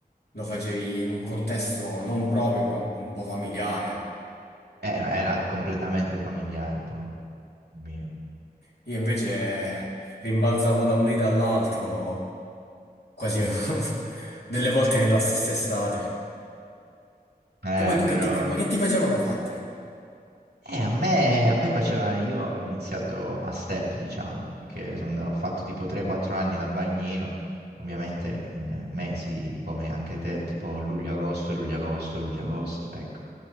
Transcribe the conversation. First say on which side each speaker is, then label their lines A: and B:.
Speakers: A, on the left; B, on the right.
A: lo facevi in un contesto non proprio, però un po' familiare.
B: Eh, no, era completamente familiare poi, mio.
A: Io invece rimbalzavo da un lì all'altro, quasi <laughs> delle volte nella stessa estate.
B: Eh,
A: Che poi tu
B: però,
A: che ti... che- Ma che ti facevano fatte?
B: eh, a me, a me faceva, io ho iniziato a step, diciamo, perché sono andato- ho fatto tipo 3-4 anni da bagnino, ovviamente in mesi come anche te, tipo luglio-agosto, luglio-agosto, luglio-agosto, ecco.